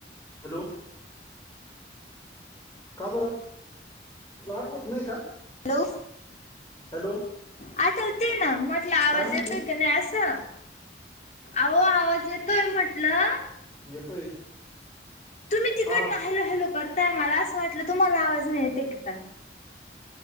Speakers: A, on the left; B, on the left.
A: हॅलो. का बरं तुला आठवत नाही का.
B: हॅलो.
A: हॅलो.
B: आठवतंय तेना म्हटल, आवाज
A: काय म्हणती
B: येतोय कणी असं. अहो आवाज येतोय म्हटलं.
A: येतोय.
B: तुम्ही तिकडंन
A: हा
B: हॅलो हॅलो करताय. मला असं वाटलं तुम्हाला आवाज नाही येते की काय.